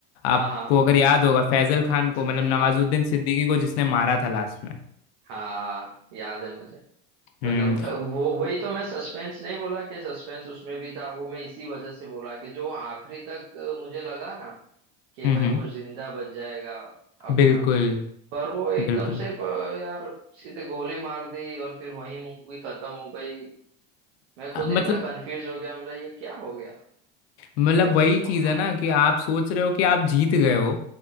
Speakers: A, on the right (about 60°); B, on the left (about 85°).
A: हाँ
B: आपको अगर याद होगा फैजल खान को मतलब
A: हाँ
B: नवाजुद्दीन
A: <laughs>
B: सिद्दीकी को जिसने मारा था लास्ट में
A: हाँ याद है मुझे
B: हम्म
A: मतलब अ, वो वही तो मैं सस्पेंस नहीं बोला कि सस्पेंस उसमें भी था वो मैं इसी वजह से बोला कि जो आखिरी तक अ, मुझे लगा ना कि
B: हम्म
A: भाई
B: हम्म।
A: वो जिंदा बच जाएगा अपना
B: बिल्कुल
A: पर वो एकदम
B: बिल्कुल
A: से प- यार सीधे गोली मार दी और फिर वही मूवी खत्म हो गई मैं खुद
B: अ, मतलब
A: इतना कंफ्यूज हो गया मतलब ये क्या हो गया
B: मतलब
A: फैजल
B: वही चीज़
A: को
B: है
A: <laughs>
B: ना कि आप सोच रहे हो कि आप जीत गए हो